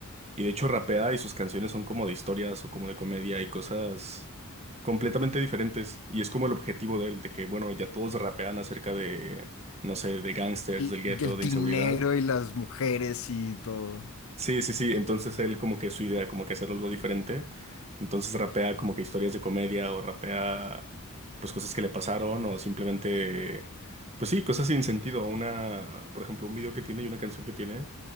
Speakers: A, on the right; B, on the left.
A: y de hecho rapea y sus canciones son como de historias o como de comedia y cosas completamente diferentes. Y es como el objetivo de él, de que, bueno, ya todos rapean acerca de, no sé, de gángsters,
B: el,
A: del gueto,
B: el
A: de
B: dinero
A: inseguridad.
B: y las mujeres y todo.
A: Sí, sí, sí. Entonces él como que su idea, como que hacer algo diferente. Entonces rapea como que historias de comedia o rapea pues cosas que le pasaron o simplemente, pues sí, cosas sin sentido. Una, por ejemplo, un video que tiene y una canción que tiene